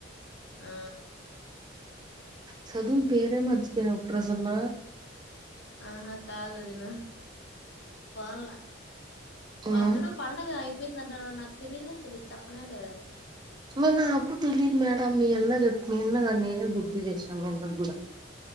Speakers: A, on the left; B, on the right.
A: ఆ
B: చదువు పేరే మరసిపోయినావా, ప్రసన్న,
A: ఆహా కాదు వదిన పోళ్ళ
B: మ్మ్
A: వర్ధుడు పండగ అయిపోయిందంట నాడు నాకు తెలియనే తెలియదు చెప్పనే లేదే
B: మే నాకు తెలియదు మే యాడ మీ అన్న చే మీ అన్నకు నేనే గుర్తు చేసిన మీ అన్నకు కూడా